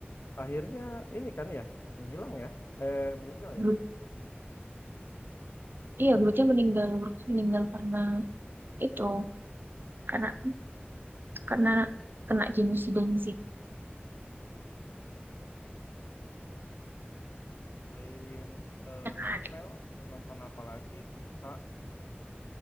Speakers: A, on the left (about 60°); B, on the right (about 60°).
A: akhirnya ini kan ya, menghilang ya, eh, meninggal
B: Groot,
A: ya.
B: iya Grootnya meninggal, Grootnya meninggal karena itu karena karena kena genosida sih
A: Selain eh,
B: kan.
A: Marvel, nonton apa lagi? Kak?